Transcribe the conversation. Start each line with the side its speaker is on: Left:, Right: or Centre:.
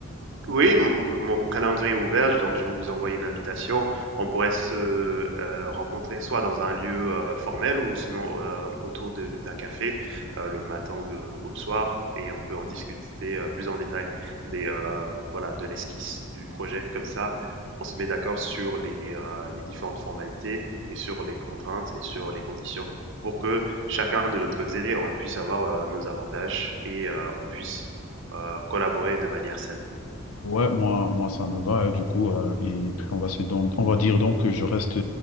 Right: Oui, mon mon calendrier est ouvert, donc je vais vous envoyer une invitation. On pourrait se, heu, rencontrer soit dans un lieu, heu, formel ou sinon, heu, autour de d'un café, heu, le matin ou le ou le soir et on peut en discuter, heu, plus en détail des, heu, voilà, de l'esquisse du projet. Comme ça, on se met d'accord sur les, heu, les différentes formalités et sur les contraintes et sur les conditions pour que chacun de notre côté, on puisse avoir, heu, nos avantages et heu, on puisse, heu, collaborer de manière saine.
Left: Ouais, moi, moi, ça me va, hein, du coup. euh, et puis, on va se don- on va dire donc que je reste